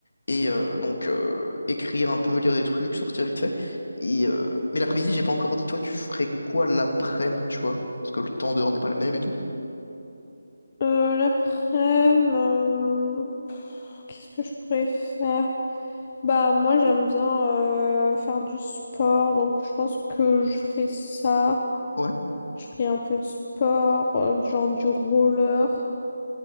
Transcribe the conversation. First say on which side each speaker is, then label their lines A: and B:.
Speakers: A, on the left; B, on the left.
A: et euh, donc euh, écrire un peu, lire des trucs, sortir vite fait. Et euh, mais l'après-midi, j'ai pas encore dit, toi, tu ferais quoi l'après-midi, tu vois? Parce que le temps dehors n'est pas le même et tout.
B: Euh, l'après-midi, euh, pff, qu'est-ce que je pourrais faire? Bah moi j'aime bien euh, faire du sport, donc je pense que je ferai ça.
A: Ouais.
B: Je ferai un peu de sport, euh, genre du roller